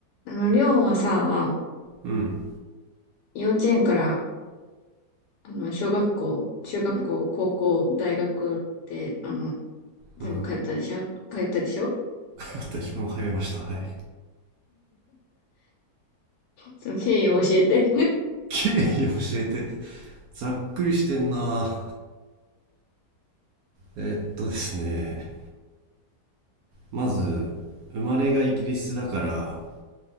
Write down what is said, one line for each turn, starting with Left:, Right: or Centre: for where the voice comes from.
Left: あの、りょうはさ、
Right: うん。
Left: 幼稚園から、あの、小学校、中学校、高校、大学って、あの、全部通ったでしょ通ったでしょ
Right: うん。私も通いました。はい。
Left: その経緯を教えて。
Right: 経緯教えて。ざっくりしてんな。えっとですね。まず、生まれがイギリスだから、